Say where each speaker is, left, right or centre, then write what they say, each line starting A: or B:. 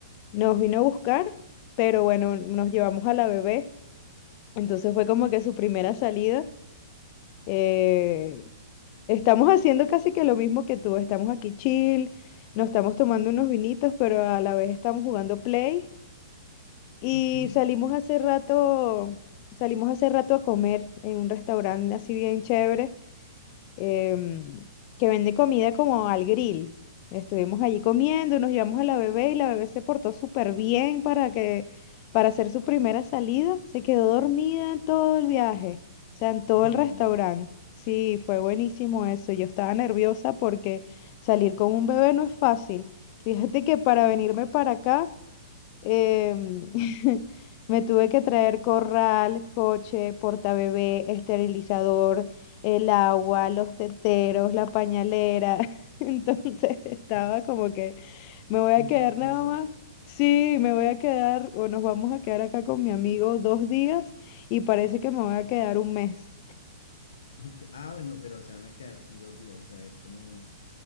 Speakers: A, on the left; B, on the left.
A: nos vino a buscar, pero bueno, nos llevamos a la bebé, entonces fue como que su primera salida. Eh, estamos haciendo casi que lo mismo que tú, estamos aquí chill, nos estamos tomando unos vinitos, pero a la vez estamos jugando play y
B: ok.
A: salimos hace rato, salimos hace rato a comer en un restaurante así bien chévere, em, que vende comida como al grill. Estuvimos allí comiendo, nos llevamos a la bebé y la bebé se portó súper bien para que, para hacer su primera salida. Se quedó dormida en todo el viaje, o sea, en todo
B: <laughs> Bueno,
A: el restaurante. Sí, fue buenísimo eso. Yo estaba nerviosa porque salir con un bebé no es fácil. Fíjate que para venirme para acá em, <laughs> me tuve que traer corral, coche, portabebé, esterilizador, el agua, los teteros, la pañalera. <laughs> Entonces estaba
B: ush,
A: como que me voy
B: muchas
A: a quedar
B: cosas.
A: nada más. Sí, me voy a quedar o nos vamos a quedar acá con mi amigo dos días y parece que me voy a quedar un mes.
B: Okay. Ah, bueno, pero se van a quedar, sí, dos días. O sea, es como